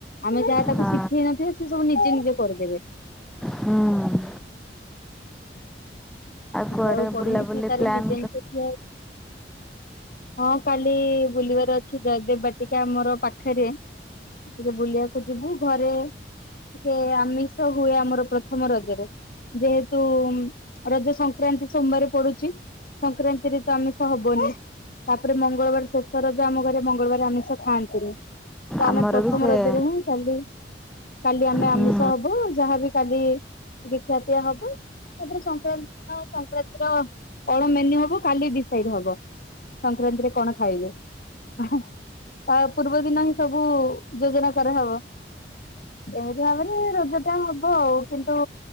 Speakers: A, on the left; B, in the centre.
A: ଆମେ ଯାହା ତାକୁ
B: ହଁ।
A: ଶିଖେଇ ନଥିବେ ସେ ସବୁ ନିଜେ ନିଜେ କରିଦେବେ।
B: ହୁଁ
A: ସେଠି
B: କୁଆଡ଼େ
A: ଆଉ ପଢୁନି
B: ବୁଲାବୁଲି
A: ସେ ତାର
B: ପ୍ଲାନ୍
A: ନିଜେି ଠିଆ ହଁ କାଲି ବୁଲିବାର ଅଛି ଜୟଦେବ ବାଟିକା ମୋର ପାଖରେ ଟିକେ ବୁଲିବାକୁ ଯିବୁ ଘରେ ଟ ଆମିଷ ହୁଏ ଆମର ପ୍ରଥମ ରଜରେ। ଯେହେତୁ ରଜ ସଂକ୍ରକ୍ରାନ୍ତି ସୋମବାର ପଡୁଛି। ସଂକ୍ରାନ୍ତି ରେ ତ ଆମିଷ ହବନି। ତାପରେ ମଙ୍ଗଳବାର ଶେଷ ରଜ ଆମ ଘରେ ମଙ୍ଗଳବାର ଆମିଷ ଖାଆନ୍ତିନି। ତ ଆମେ
B: ଆମର
A: ପ୍ରଥମ
B: ବି ସେୟା
A: ରଜରେ ହିଁ କାଲି କାଲି ଆମେ
B: ହୁଁ
A: ଆମିଷ ହବ ଯାହାବ କାଲି ଟିକ ଖିଆ ପିଆ ହବ। ତାପରେ ସଂକ୍ରାନ୍ତି ଦିନ ସଂକ୍ରାନ୍ତି ର ଅଳ ମେନ୍ୟୁ ହବ କାଲି ଡିସାଇଡ ହବ। ସଂକ୍ରାନ୍ତିରେ କଣ ଖାଇବେ? ତା ପୂର୍ବ ଦିନ ହିଁ ସବୁ ଯୋଜନା କରାହେବ। ଏମିତି ଭାବରେ ରୋଜ ଟା ହବ ଆଉ କିନ୍ତୁ